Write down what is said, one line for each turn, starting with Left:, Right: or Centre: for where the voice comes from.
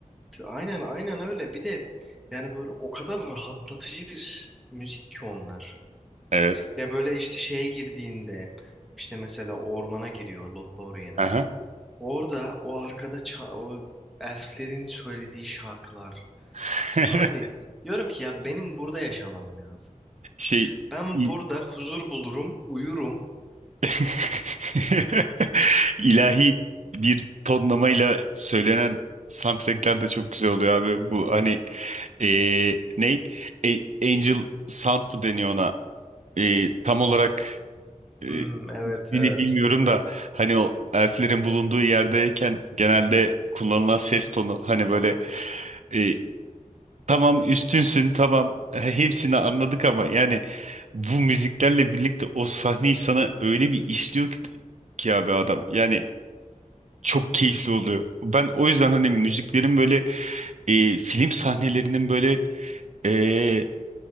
Centre: t- aynen aynen öyle. Bir de yani böyle o kadar rahatlatıcı bir müzik ki onlar.
Right: Evet.
Centre: Ya böyle işte şeye girdiğinde işte mesela ormana giriyor Lothlorien'e.
Right: Aha.
Centre: Orada o arkada ça- o elflerin söylediği şarkılar.
Right: <laughs>
Centre: Abi diyorum ki ya benim burada yaşamam lazım.
Right: Şey
Centre: Ben
Right: i-
Centre: burada huzur bulurum, uyurum.
Right: <laughs> ilahi bir tonlamayla söylenen soundtrackler de çok güzel oluyor abi. Bu hani e, ne? E- Angel Sound mı deniyor ona? E, tam olarak e,
Centre: Hmm, evet
Right: ismini
Centre: evet.
Right: bilmiyorum da hani o elflerin bulunduğu yerdeyken genelde kullanılan ses tonu hani böyle e, Tamam üstünsün tamam <laughs> hepsini anladık ama yani bu müziklerle birlikte o sahneyi sana öyle bir işliyor ki, ki abi adam yani çok keyifli oluyor. Ben o yüzden hani müziklerin böyle e, film sahnelerinin böyle e,